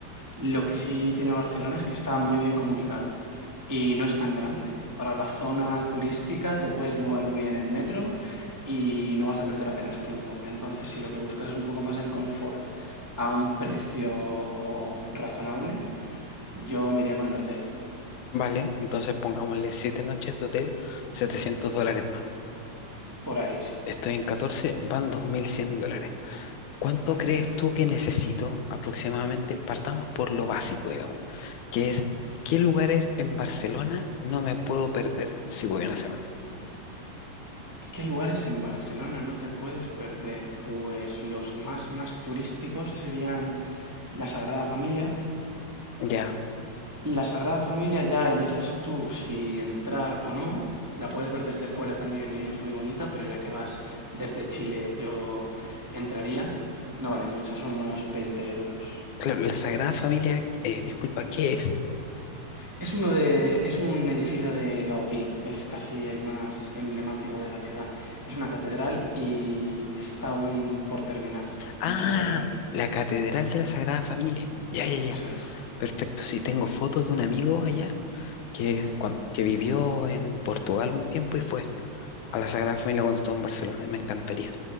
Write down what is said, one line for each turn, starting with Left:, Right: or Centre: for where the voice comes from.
Right: lo que sí tiene Barcelona es que está muy bien comunicado y no es tan grande. Para la zona turística te puedes mover muy bien en metro y no vas a perder apenas tiempo. Entonces, si lo que buscas es un poco más el confort a un precio o, razonable, yo me iría con el hotel.
Left: Vale, entonces pongámosle 7 noches de hotel, 700 dólares más.
Right: Por ahí sí,
Left: Estoy en 14, van 2.100 dólares. ¿Cuánto
Right: ¿vale?
Left: crees tú que necesito aproximadamente? Partamos por lo básico, digamos, que es qué lugares en Barcelona no me puedo perder si voy una semana.
Right: ¿Qué lugares en Barcelona no te puedes perder? Pues los más más turísticos serían la Sagrada Familia.
Left: Ya,
Right: La Sagrada Familia ya eliges tú si entrar o no. La puedes ver desde fuera también y es muy bonita, pero ya que vas desde Chile, yo entraría. No vale mucho, son unos 20 euros.
Left: claro, la Sagrada Familia, eh, disculpa, ¿qué es?
Right: Es uno de, es un edificio de Gaudí, es casi el más emblemático de la ciudad. Es una catedral y está aún por terminar, aún
Left: Ah,
Right: no se ha terminado de construir.
Left: la Catedral de la Sagrada Familia. Ya, ya, ya.
Right: Eso es,
Left: Perfecto, sí, tengo fotos de un amigo allá que, es cuan- que vivió en Portugal un tiempo y fue a la Sagrada Familia cuando estuvo en Barcelona. Me encantaría.